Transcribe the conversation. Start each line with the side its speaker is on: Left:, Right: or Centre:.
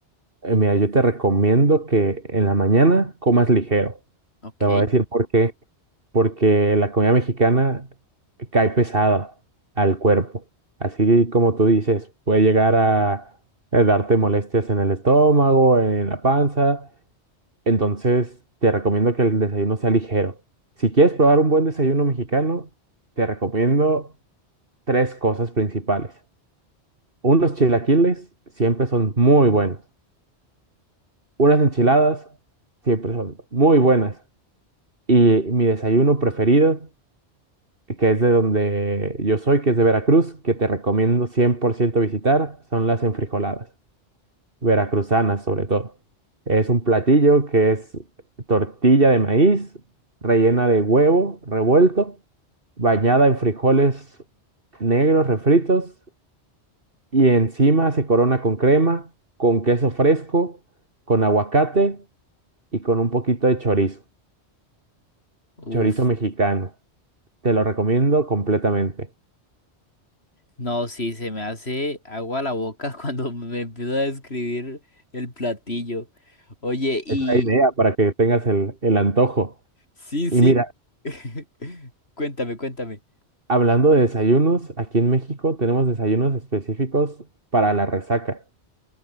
Right: eh, mira, yo te recomiendo que en la mañana comas ligero.
Left: Ok,
Right: Te voy a decir por qué. Porque la comida mexicana cae pesada al cuerpo. Así como tú dices, puede llegar a eh, darte molestias en el estómago, en la panza. Entonces, te recomiendo que el desayuno sea ligero. Si quieres probar un buen desayuno mexicano, te recomiendo tres cosas principales. Unos chilaquiles siempre son muy buenos. Unas enchiladas siempre son muy buenas. Y mi desayuno preferido, que es de donde yo soy, que es de Veracruz, que te recomiendo 100% visitar, son las enfrijoladas. veracruzanas sobre todo. Es un platillo que es tortilla de maíz rellena de huevo revuelto, bañada en frijoles negros refritos y encima se corona con crema, con queso fresco, con aguacate y con un poquito de chorizo,
Left: uf.
Right: chorizo mexicano. Te lo recomiendo completamente.
Left: No, sí, se me hace agua a la boca <laughs> cuando me empiezo a describir el platillo. Oye, y
Right: Es la idea para que tengas el, el antojo.
Left: sí, sí.
Right: Y mira,
Left: <laughs> Cuéntame, cuéntame.
Right: Hablando de desayunos, aquí en México tenemos desayunos específicos para la resaca.